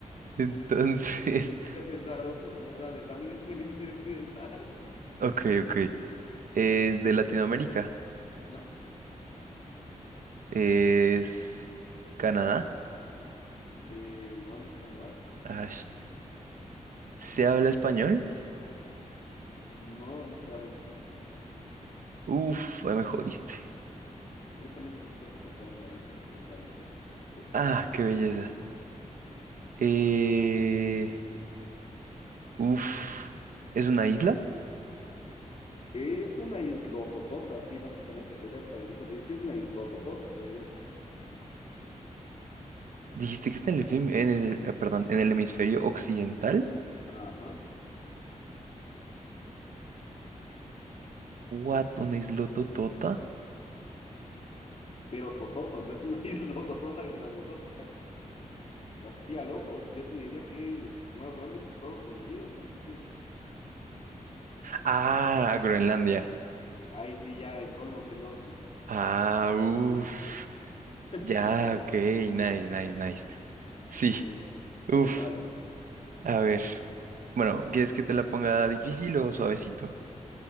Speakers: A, on the right; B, on the left.
A: Entonces,
B: Voy a pensar otro. A ver, dale. También está en el hemisferio occidental.
A: ok, ok. Es de Latinoamérica.
B: No,
A: Es Canadá.
B: Eh, no, no es Canadá.
A: Ash. ¿Se habla español?
B: No, no se habla español.
A: Uf, ahí me jodiste.
B: Honestamente, ni siquiera sé que se habla ahí, pero no se habla español. De Eso
A: Ah,
B: seguro.
A: qué belleza. Eh, uf, ¿es una isla?
B: Es una islototota, sí, básicamente. Podría parecer. continente. Sí, es una islototota, en realidad.
A: Dijiste que está en el, fem- en el, eh, perdón, en el hemisferio occidental.
B: Ajá.
A: What, una isla totota.
B: pero totota, o sea, es una <laughs> isla totota, grandotota, ajá. Así al ojo, yo te diría que es más grande que Estados Unidos, inclusive.
A: Ah, Groenlandia.
B: Ahí sí, ya el colmo que no.
A: Ah, uff.
B: <laughs> Qué
A: Ya, ok, nice, nice, nice. Sí,
B: loco. A
A: uff.
B: ver, dale.
A: A ver. Bueno, ¿quieres que te la ponga difícil o suavecito?